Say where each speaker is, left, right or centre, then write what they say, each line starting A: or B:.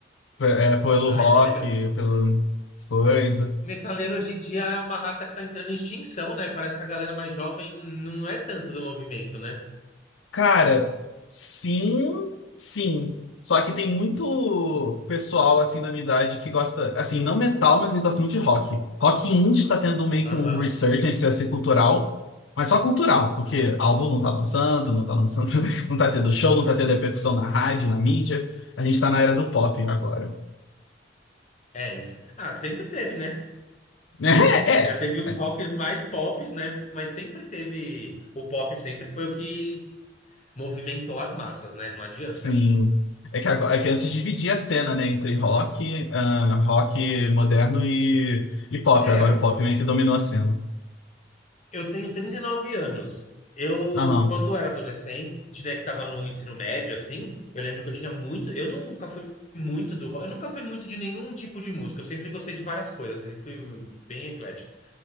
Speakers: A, on the left (about 85°); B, on the left (about 40°).
A: P- É, pelo
B: ai,
A: rock,
B: que legal.
A: pelo coisa.
B: Metaleiro hoje em dia é uma raça que tá entrando em extinção, né? Parece que a galera mais jovem não é tanto do movimento, né?
A: Cara, sim, sim. Só que tem muito pessoal assim da minha idade que gosta, assim, não metal, mas eles gostam muito de rock. Rock indie tá tendo meio
B: Aham.
A: que um resurgence assim cultural, mas só cultural, porque álbum não tá lançando, não tá lançando, <laughs> não tá tendo show, não tá tendo repercussão na rádio, na mídia. A gente tá na era do pop agora.
B: É isso. Ah, sempre teve, né?
A: <laughs>
B: É
A: É,
B: que já teve os
A: é.
B: rockers mais tops, né? Mas sempre teve. O pop sempre foi o que movimentou as massas, né? Não adianta.
A: Sim. É que, agora, é que antes dividia a cena, né, entre rock, ah, rock moderno e, e pop.
B: É,
A: Agora o pop meio que dominou a cena.
B: eu tenho 39 anos. Eu,
A: Aham.
B: quando era adolescente, né, que tava no ensino médio, assim, eu lembro que eu tinha muito. Eu nunca fui muito do rock, eu nunca fui muito de nenhum tipo de música. Eu sempre gostei de várias coisas, sempre fui bem eclético.